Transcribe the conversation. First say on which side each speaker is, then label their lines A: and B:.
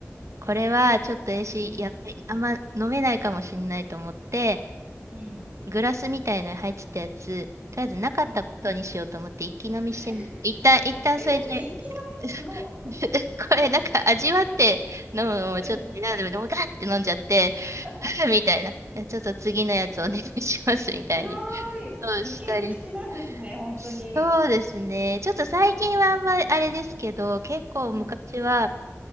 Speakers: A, on the right; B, on the right.
A: これはちょっと私、
B: うん。
A: やっぱりあんま飲めないかもしれないと思って、
B: うん。
A: グラスみたいのに入ってたやつ、とりあえずなかったことにしようと思って一気飲みしてみ、
B: うん。<laughs> え
A: 一旦、一旦それで
B: ー、それ一気飲みすご。
A: <laughs> これなんか味わって飲むのをちょっと選んで、
B: うん。
A: でもガーって飲んじゃって、
B: <laughs>
A: <laughs> みたいな。えちょっと次のやつお願いしますみたいに。
B: すごーい。
A: そうしたり。
B: いける口なんですね、本当に。
A: そうですね。ちょっと最近はあんまりあれですけど、結構昔は、
B: うん。